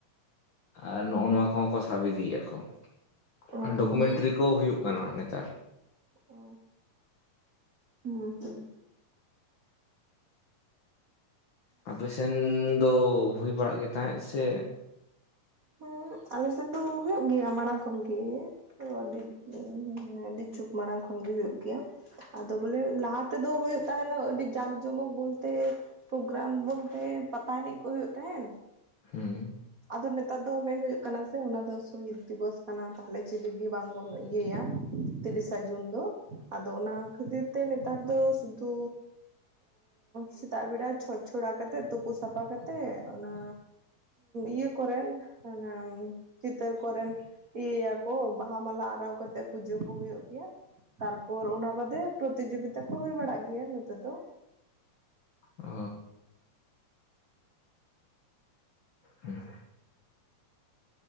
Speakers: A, on the left; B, on the right.
A: ᱟᱨ ᱱᱚᱜ-ᱚ ᱱᱚᱣᱟ ᱠᱚᱦᱚᱸ ᱠᱚ ᱥᱟᱵ ᱤᱫᱤᱭᱮᱫ ᱟᱠᱚ
B: ᱚ
A: ᱟᱨ ᱰᱚᱠᱩᱢᱮᱱᱴᱨᱤ
B: ᱦᱩᱸ
A: ᱠᱚ ᱦᱩᱭᱩᱜ ᱠᱟᱱᱟ ᱱᱮᱛᱟᱨ
B: ᱚ ᱦᱩᱸ ᱦᱮᱸ
A: ᱟᱯᱮ ᱥᱮᱱ ᱫᱚ ᱦᱩᱭ ᱵᱟᱲᱟᱜ ᱜᱮ ᱛᱟᱦᱮᱸᱫ ᱥᱮ
B: ᱦᱮᱸ ᱟᱞᱮᱥᱮᱫ ᱫᱚ ᱦᱩᱭᱩᱜ ᱜᱮᱭᱟ ᱢᱟᱲᱟᱝ ᱠᱷᱚᱱᱜᱤ ᱟᱹᱰᱤ, ᱟᱹᱰᱤ ᱡᱩᱜᱽ ᱢᱟᱲᱟᱝ ᱠᱷᱚᱱ ᱜᱮ ᱦᱩᱭᱩᱜ ᱜᱮᱭᱟ ᱟᱫᱚ ᱵᱚᱞᱮ ᱞᱟᱦᱟ ᱛᱮᱫᱚ ᱦᱩᱭᱩᱜ ᱛᱟᱦᱮᱱᱟ ᱟᱹᱰᱤ ᱡᱟᱠ ᱡᱚᱢᱚᱠ ᱵᱚᱞᱛᱮ ᱯᱨᱚᱜᱨᱟᱢ ᱵᱚᱞᱛᱮ ᱯᱟᱛᱟ ᱮᱱᱮᱡ ᱠᱚ ᱦᱩᱭᱩᱜ ᱛᱟᱦᱮᱸᱱ,
A: ᱦᱩᱸ
B: ᱦᱩᱸ ᱟᱫᱚ ᱱᱮᱛᱟᱨ ᱫᱚ ᱢᱮᱱ ᱦᱩᱭᱩᱜ ᱠᱟᱱᱟ ᱥᱮ ᱚᱱᱟ ᱫᱚ ᱥᱚᱦᱤᱛ ᱫᱤᱵᱚᱥ ᱠᱟᱱᱟ ᱛᱟᱦᱚᱞᱮ ᱪᱤᱞᱤ ᱜᱮ ᱵᱟᱝ ᱵᱚᱱ ᱤᱭᱟᱹᱭᱟ ᱛᱤᱨᱤᱥᱟ ᱡᱩᱱ ᱫᱚ, ᱟᱫᱚ ᱚᱱᱟ ᱠᱷᱟᱹᱛᱤᱨ ᱛᱮ ᱱᱮᱛᱟᱨ ᱫᱚ ᱥᱩᱫᱷᱩ ᱥᱮᱛᱟᱜ ᱵᱮᱲᱟ ᱪᱷᱚᱸᱪ ᱪᱷᱚᱲᱟ ᱠᱟᱛᱮᱫ ᱛᱩᱯᱩ ᱥᱟᱯᱷᱟ ᱠᱟᱛᱮᱜ ᱚᱱᱟ ᱤᱭᱟᱹ ᱠᱚᱨᱮᱱ ᱚᱱᱟ ᱪᱤᱛᱟᱹᱨ ᱠᱚᱨᱮᱱ ᱤᱭᱟᱹᱭᱟ ᱠᱚ ᱵᱟᱦᱟ ᱢᱟᱞᱟ ᱟᱨᱟᱣ ᱠᱟᱛᱮᱜ ᱯᱩᱡᱟᱹ ᱠᱚ ᱦᱩᱭᱩᱜ ᱜᱮᱭᱟ᱾ ᱛᱟᱨᱯᱚᱨ ᱚᱱᱟ ᱵᱟᱫᱮ ᱯᱨᱚᱛᱤᱡᱳᱜᱤᱛᱟ ᱠᱚ ᱦᱩᱭ ᱵᱟᱲᱟᱜ ᱜᱮᱭᱟ ᱱᱚᱛᱮ ᱫᱚ᱾
A: ᱚ, ᱦᱩᱸ